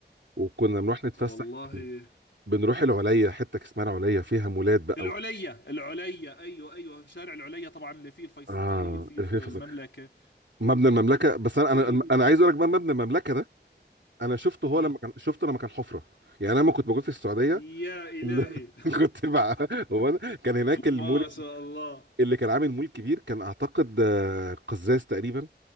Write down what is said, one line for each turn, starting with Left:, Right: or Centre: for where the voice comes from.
Right: وكنا بنروح نتفسح
Left: والله
Right: بنروح العليا حته اسمها العليا فيها مولات بقى
Left: العليا
Right: و...
Left: العليا أيوه أيوه شارع العليا طبعا اللي فيه الفيصلية
Right: اه
Left: وفيه
Right: الحفظ
Left: في المملكة
Right: مبنى المملكه بس انا
Left: فيه
Right: انا انا عايز اقول لك بقى مبنى المملكه ده انا شفته هو
Left: آه
Right: لما كان شفته لما كان حفره يعني انا لما كنت موجود في السعوديه
Left: يا إلهي
Right: <laughs> كنت بقى هو أنا- كان هناك
Left: <laughs>
Right: المول
Left: ما شاء الله
Right: اللي كان عامل مول كبير كان اعتقد آه، قزاز تقريبا